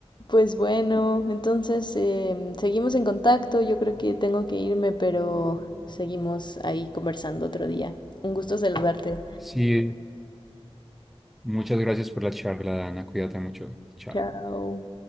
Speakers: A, on the left; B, in the centre.
A: Pues bueno, entonces em, seguimos en contacto. Yo creo que tengo que irme, pero seguimos ahí conversando otro día. Un gusto saludarte.
B: Sí, muchas gracias por la charla, Dana, cuídate mucho, chao.
A: Chao.